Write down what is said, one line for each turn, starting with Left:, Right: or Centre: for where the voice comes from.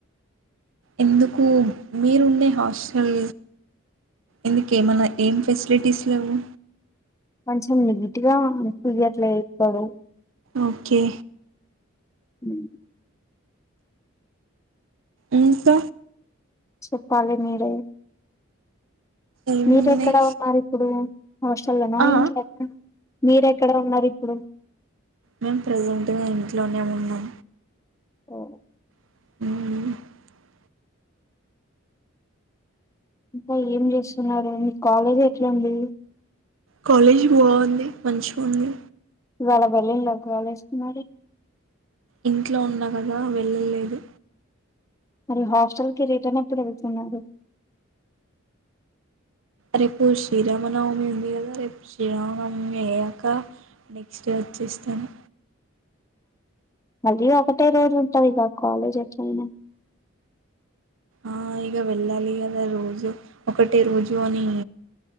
Right: ఎందుకు మీరుండే హాస్టల్ ఎందుకు ఏమన్నా ఏం ఫెసిలిటీస్ లేవు
Left: కొంచం నీట్గా అనిపీయట్లే ఇక్కడు
Right: ఓకె
Left: మ్
Right: ఎంత
Left: చెప్పాలె మీరె
Right: ఏమున్నాయి
Left: మీరెక్కడ ఉన్నారు ఇప్పుడు హోస్టల్లోనా
Right: ఆ
Left: ఇంట్లోనా మీరెక్కడ ఉన్నారు ఇప్పుడు
Right: మేమ్ ప్రజెంట్గ ఇంట్లోనే ఉన్నాం
Left: ఓ
Right: మ్
Left: ఇంక ఏం చేస్తున్నారు మీ కాలేజ్ ఎట్ల ఉంది
Right: కాలేజ్ బాగుంది మంచిగ ఉంది
Left: ఇవాళ వెళ్ళిన్ల కాలేజ్ కి మరి
Right: ఇంట్లో ఉన్న గదా వెళ్ళలేదు
Left: మరి హాస్టల్కి రిటర్న్ ఎప్పుడు వెళ్తున్నారు
Right: రేపు శ్రీరామనవమి ఉంది కదా రేపు శ్రీరామనవమి అయ్యాక నెక్స్ట్ డే వచ్చేస్తాను
Left: మళ్ళీ ఒకటే రోజు ఉంటదిక కాలేజ్ ఎట్లయినా
Right: ఆ ఇక వెళ్ళాలి కదా రోజు ఒకటే రోజు అని